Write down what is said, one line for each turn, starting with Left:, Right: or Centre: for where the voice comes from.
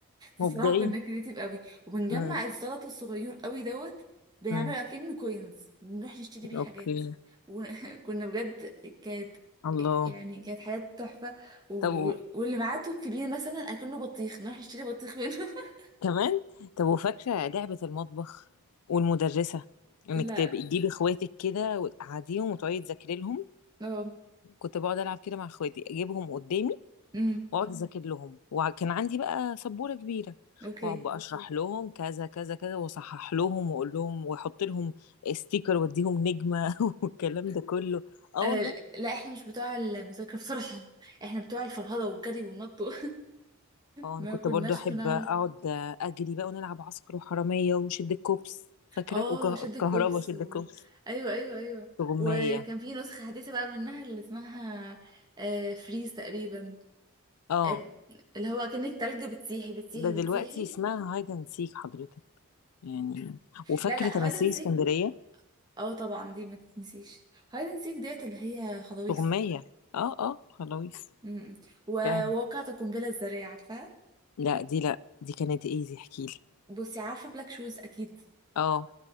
Left: مبدعين
Right: بصراحة كنا كريتيف قوي وبنجمع
Left: امم
Right: الزلط الصغير قوي دوت بنعمله
Left: امم
Right: اكنه كوينز بنروح نشتري بيه
Left: اوكي
Right: حاجات وكنا <laughs> بجد كانت
Left: الله
Right: يعني كانت حياة تحفة و...
Left: طب و...
Right: واللي معاه توب كبير مثلا اكنه بطيخ نروح نشتري بطيخ منه <laughs>
Left: كمان طب وفاكره لعبه المطبخ والمدرسه انك
Right: لا
Left: تبقي تجيبي اخواتك كده وتقعديهم وتقعدي تذاكري لهم
Right: اه
Left: كنت بقعد العب كده مع اخواتي اجيبهم قدامي
Right: امم
Left: واقعد مم. اذاكر لهم وكان عندي بقى سبوره كبيره
Right: اوكي
Left: واقعد بقى اشرح لهم كذا كذا كذا واصحح لهم واقول لهم واحط لهم ستيكر واديهم نجمه <laughs> والكلام ده كله اه
Right: آه
Left: والله
Right: لا احنا مش بتوع المذاكرة بصراحة احنا بتوع الفرهدة والجري والنط <laughs> و-
Left: اه
Right: ما
Left: انا كنت
Right: كناش
Left: برضو احب
Right: بنعرف
Left: اقعد اجري بقى ونلعب عسكر وحراميه وشد الكوبس فاكره
Right: اه
Left: وكهربا
Right: شد الكوبس
Left: شد
Right: و...
Left: الكوبس
Right: ايوه ايوه ايوه
Left: وغمية
Right: وكان في نسخة حديثة بقى منها اللي اسمها آه فريز تقريبا
Left: اه
Right: آه اللي هو كأن التلج بتسيحي بتسيحي
Left: ده دلوقتي
Right: بتسيحي
Left: اسمها هايد اند سيك حضرتك يعني وفاكره
Right: لا لا
Left: تماثيل
Right: هايد اند سيك
Left: اسكندريه
Right: اه طبعا دي ما تتنسيش هايد اند سيك ديت اللي هي خضاويص
Left: غمية اه اه خلاويص
Right: م- م. وواقعة
Left: فاهمة
Right: القنبلة الذرية عارفاها
Left: لا دي لا دي كانت ايه دي احكيلي
Right: بصي عارفة بلاك شوز اكيد
Left: اه